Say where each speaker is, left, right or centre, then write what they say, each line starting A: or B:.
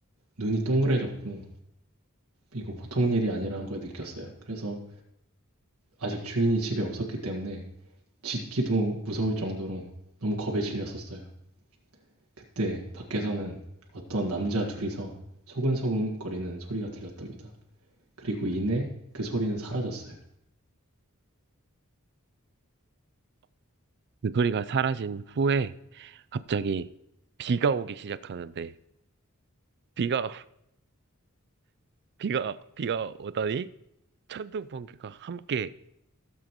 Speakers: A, on the right (about 90°); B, on the right (about 50°).
A: 눈이 동그래졌고, 이거 보통 일이 아니라는 걸 느꼈어요. 그래서 아직 주인이 집에 없었기 때문에 짖기도 무서울 정도로 너무 겁에 질렸었어요. 그때 밖에서는 어떤 남자 둘이서 소근소근거리는 소리가 들렸답니다. 그리고 이내 그 소리는 사라졌어요.
B: 그 소리가 사라진 후에 갑자기 비가 오기 시작하는데 비가 <laughs> 비가 비가 오다니 천둥 번개가 함께